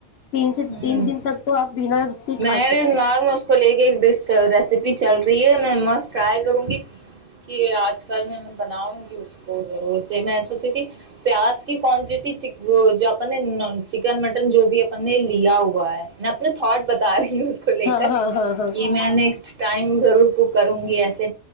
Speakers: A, on the left; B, on the right.
A: تین سے
B: ہوں
A: تین دن تک تو آپ بنا اس کے کھا
B: میرے
A: سکتے
B: ناگ
A: ہیں۔
B: نے اس کو لے کے ایک ڈش ریسیپی چل رہی ہے میں مس ٹرائی کروں گی کہ آج کل نے مطلب بناؤں گی اس کو ضور سے میں س جیی پیاس کوانٹیٹی جو اپ نے چکن مٹن جو بھی پنے لی آؤ ا ہے میں اپنے تھٹ بتا رہی ہوں اس کو لے
A: ہاں
B: کر
A: ہاں ہاں
B: کہ میں نیکسٹ ٹائم ضرور کو کروں گی ایسے